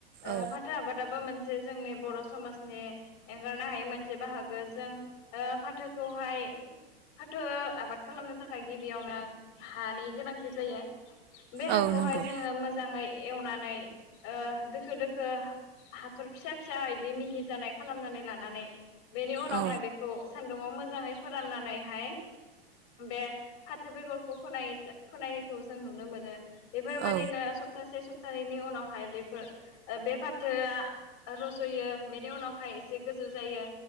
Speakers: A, on the left; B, on the right.
A: ओ
B: औ
A: फाथो आबादाबो मोन से जोंनि बर' समाजनि एंगारनो हायै मोनसे बाहागो जों ओ फाथोखौहाय फाथो आबाद खालामनो था खाय गिबियावनो हानि गोनांथि जायो बे हाखौहाय
B: औ नंगौ
A: जोङो
B: औ
A: मोजाङै एवनानै ओ दोखो दोखो हाथर फिसा फिसा इदि मिहि जानाय खालामनानै लानानै बेनि उनावहाय
B: औ
A: बेखौ सान्दुङआव मोजाङै फोराननानैहाय बे फाथो बेगरखौ फोनाय-फोनायखौ जों नुनो मोनो बेफोरबायदिनो
B: औ
A: सप्तासे स <unintelligible> उनावहाय बेफोर ओ बे फाथोआ रज'यो बेनि उनावहाय एसे गोजौ जायो।